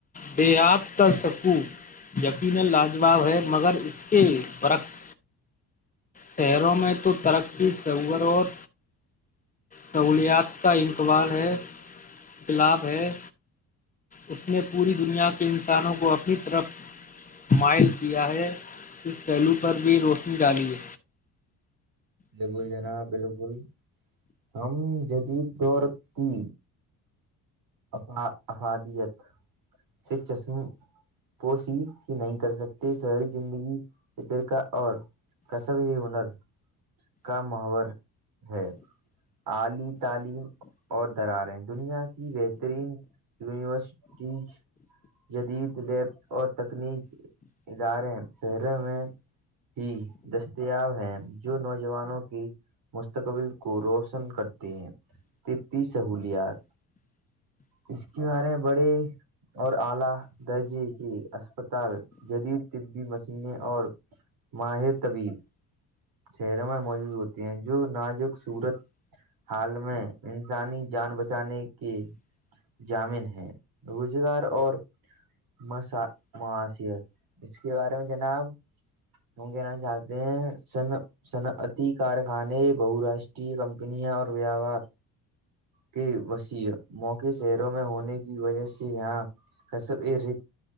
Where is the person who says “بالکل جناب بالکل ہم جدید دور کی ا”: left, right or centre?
Right